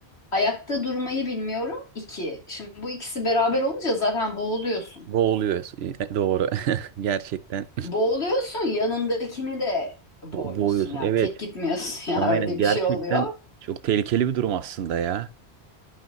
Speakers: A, on the left; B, on the right.
A: ayakta durmayı bilmiyorum. İki, şimdi bu ikisi beraber olunca zaten boğuluyorsun.
B: Boğuluyoruz. Doğru. <laughs> Gerçekten.
A: Boğuluyorsun, yanındakini de boğuyorsun.
B: Bo- Boğuyorsun.
A: Yani
B: Evet.
A: tek gitmiyorsun <laughs> ya
B: Aynen
A: öyle
B: gerçekten
A: bir şey oluyor.
B: çok tehlikeli bir durum aslında ya.